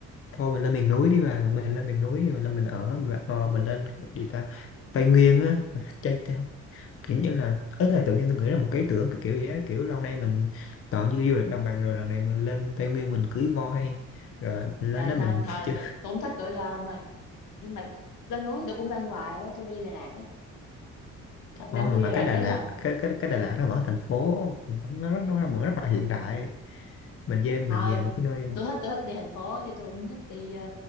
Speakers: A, on the left; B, on the left.
A: Thôi mình lên miền núi đi bà, mình lên miền núi, mình lên mình ở, mình, ờ, mình lên gì ta? Tây Nguyên á, mình chơi theo. Kiểu như là, ấy là tự nhiên tôi nghĩ là một cái ý tưởng kiểu kiểu vậy á, kiểu lâu nay mình toàn như du lịch đồng bằng rồi lần này mình lên Tây Nguyên mình cưới voi, rồi là mình
B: trời
A: lên đó mình
B: thôi thôi
A: <laughs> chơi.
B: Tôi không thích gửi ôm mà Nhưng mà lên núi thì tôi cũng lên hoài á Tôi đi Đà Lạt á Một
A: Thôi
B: năm tôi
A: mà, mà
B: đi Đà Lạt
A: cái Đà
B: mấy
A: Lạt,
B: lần
A: cái cái cái Đà Lạt nó vẫn thành phố, nó rất nó vẫn rất là hiện đại mình về mình
B: Thôi
A: về một cái nơi
B: tôi thích tôi thích đi thành phố Chứ tôi không thích đi ờ,